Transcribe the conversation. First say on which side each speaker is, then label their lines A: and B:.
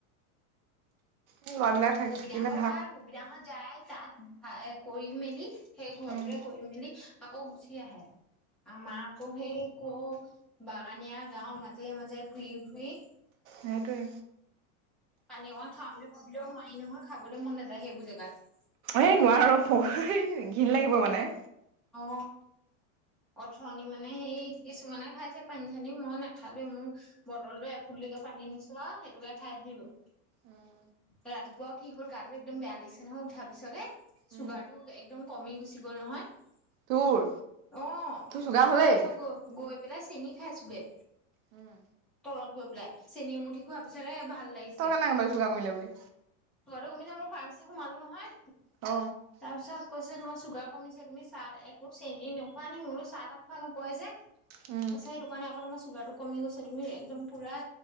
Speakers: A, on the right; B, in the centre.
A: এই ল'ৰাবিলাক থাক
B: ববিতাহঁতৰ
A: থাকিলে
B: ভাল ববিতাহত যাই তাত। ভাই কৰি মেলি সেই ঘৰ
A: উম
B: দৰে কৰি মেলি আকৌ গুচি আহে। আমাৰ আকৌ সেই কৌ বাগানীয়া গাওঁ মাজে মাজে ঘুৰি ঘুৰি
A: সেটোৱে
B: পানী অকমাণ খাওঁ বুলি ভাবিলও নোৱাৰি নহয় খাবলৈ মন নাযায় সেইবোৰ জেগাত।
A: এ নোৱাৰো ভ ঘিণ লাগিব মানে
B: অ অথনি মানে সেই কিছুমানে খাইছে পানী চানী মই নাখালোৱে মোৰ বটলটোৱে এফুলি পানী নিছোৱা আ সেইটোকে খাই আহিলোঁ।
A: অহ
B: ৰাতিপুৱাও কি হ'ল গাটো একদম বেয়া লাগিছে নহয় উঠাৰ পিছতে চুগাৰটো
A: উম।
B: একদম কমি গুচি গ'ল নহয়।
A: তোৰ
B: অ
A: তোৰ চুগাৰ হ'লেই
B: তাৰপিছত গৈ গৈ পেলাই। চেনি খাইছোগে
A: উম।
B: তলত গৈ পেলাই চেনী এমুঠি খোৱাৰ পিছতে ভাল লাগিছে।
A: তই কেনেকে গম পালি চুগাৰ কমিলে বুলি
B: চুগাৰ টো কমিছে মোৰ ফাৰ্মাছিত সোমালোঁ নহয়
A: অ'
B: তাৰ পিছত কৈছে তোমাৰ চুগাৰ কমিছে তুমি চাহ একো চেনি নোখোৱা নি মোৰনো চাহ তাহ খোৱা নোপাৱাই যে ত
A: উম।
B: সেইটো কাৰণে আকৌ তোমাৰ চুগাৰটো কমি গৈছে তুমি একদম পুৰা